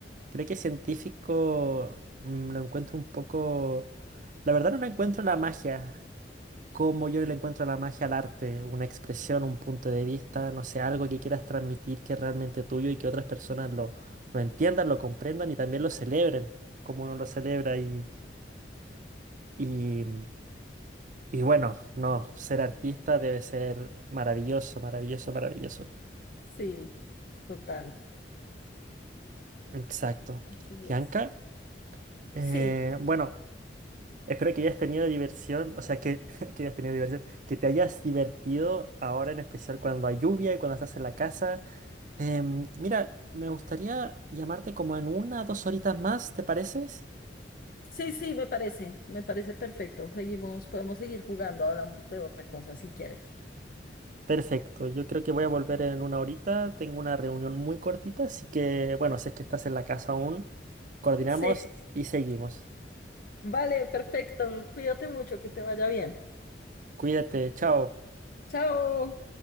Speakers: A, on the right; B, on the left.
A: Creo que científico mm, lo encuentro un poco... La verdad no le encuentro la magia. cómo yo le encuentro la magia al arte, una expresión, un punto de vista, no sé, algo que quieras transmitir que es realmente tuyo y que otras personas lo, lo entiendan, lo comprendan y también lo celebren, como uno lo celebra. Y, y, y bueno, no, ser artista debe ser maravilloso, maravilloso, maravilloso.
B: Sí, total,
A: Exacto.
B: así
A: Bianca,
B: es.
A: eh,
B: Sí,
A: bueno, espero que hayas tenido diversión, o sea, que, <laughs> que hayas tenido diversión, que te hayas divertido ahora en especial cuando hay lluvia y cuando estás en la casa. Em, mira, me gustaría llamarte como en una o dos horitas más, ¿te pareces?
B: sí, sí, me parece, me parece perfecto. Seguimos, podemos seguir jugando, hablamos de otra cosa si quieres.
A: Perfecto, yo creo que voy a volver en una horita. Tengo una reunión muy cortita, así que bueno, si es que estás en la casa aún, coordinamos
B: Sí,
A: y seguimos.
B: <laughs> vale, perfecto. Cuídate mucho, que te vaya bien.
A: Cuídate, chao.
B: Chao.